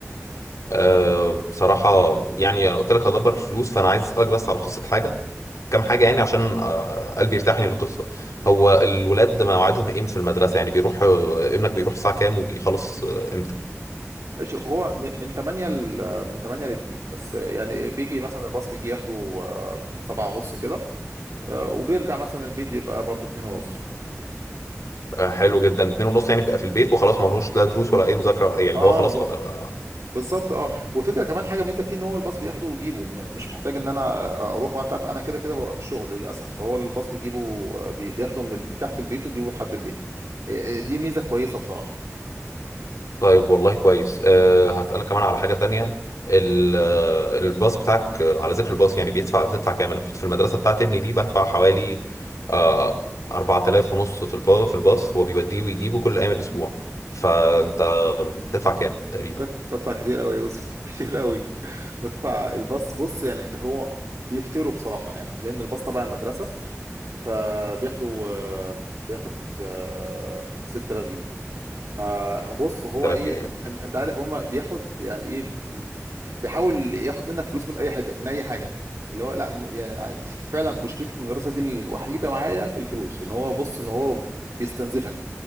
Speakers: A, on the left; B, on the right.
A: أه بصراحة يعني أنا قلت لك هدبر فلوس فأنا عايز أسألك بس على قصة حاجة كام حاجة يعني عشان أه، قلبي يرتاح يعني للقصة هو الولاد مواعيدهم إيه في المدرسة يعني بيروح أه، ابنك بيروح الساعة كام وبيخلص أه، إمتى؟
B: ماشي هو م- من 8 ل من 8 ل 2 بس يعني بيجي مثلا الباص بيجي ياخده آه، من 7 ونص كده آه، وبيرجع مثلا البيت بيبقى برضه 2 ونص
A: أه، حلو جدا اتنين ونص يعني بيبقى في البيت وخلاص ما لهوش لا دروس ولا أي مذاكرة يعني اللي
B: اه
A: هو خلاص آه،
B: بالظبط اه والفكره كمان حاجه ميزه فيه ان هو الباص بياخده ويجيبه م- مش محتاج ان انا اروح بقى انت عارف انا كده كده ببقى في الشغل للاسف فهو الباص بيجيبه بي- بياخده من ال- من تحت البيت ويجيبه لحد البيت إيه، دي ميزه كويسه بصراحه
A: طيب والله كويس أه هسألك كمان على حاجة تانية ال- آه، الباص بتاعك آه، على ذكر الباص يعني بيدفع بتدفع كام أنا كنت في المدرسة بتاعت ابني دي بدفع حوالي آه 4000 ونص في الباص في الباص هو بيوديه ويجيبه كل أيام الأسبوع فأنت بتدفع كام تقريبا
B: بت- بدفع كتير قوي يا يوسف <laughs> كتير قوي بدفع الباص بص يعني هو بيفتروا بصراحه يعني لان الباص تبع المدرسه فبياخده آه، بياخد آه، 6000 جنيه فبص هو
A: 3000
B: ايه أن-
A: جنيه
B: أن- انت عارف هما بياخد يعني ايه بيحاول ياخد منك فلوس من اي حد من اي حاجه اللي هو لا م- يعني فعلا مشكله المدرسه دي الوحيده معايا الفلوس ان هو بص ان هو بيستنزفك